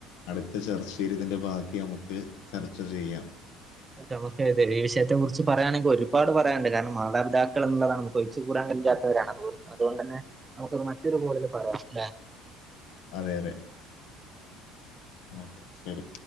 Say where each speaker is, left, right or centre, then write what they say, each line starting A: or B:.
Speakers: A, on the left (about 80°); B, on the right (about 15°).
A: അടുത്ത ചർച്ചേല് ഇതിന്റെ ബാക്കി നമുക്ക് ചർച്ച ചെയ്യാം.
B: ന്നമുക്ക് അതെ ഈ വിഷയത്തെ കുർച്ച് പറയാണെങ്കി ഒരുപാട് പറയാണ്ട് കാര്ണം മാതാപിതാക്കൾ എന്നുള്ളതാണ്. ഒയിച്ച് കൂടാൻ കഴിയാത്തവരാണ് അത്‌കൊ അതുകൊണ്ടന്നെ ന്നമുക്ക്ത് മറ്റൊരു കോളില് പറയാം ല്ലെ.
A: അതെ അതെ ഓക്കെ ശെരി.